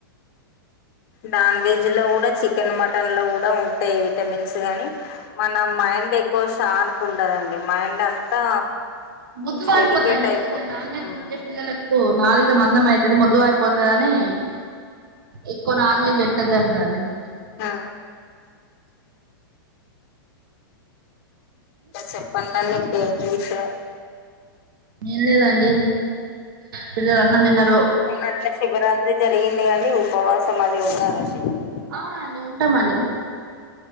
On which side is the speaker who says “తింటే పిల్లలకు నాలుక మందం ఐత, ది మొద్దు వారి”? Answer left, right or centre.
Right